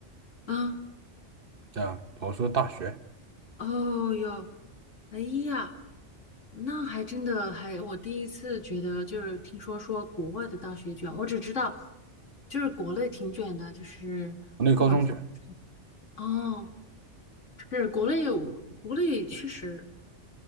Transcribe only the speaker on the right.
对啊，我说大学，
国内高中卷，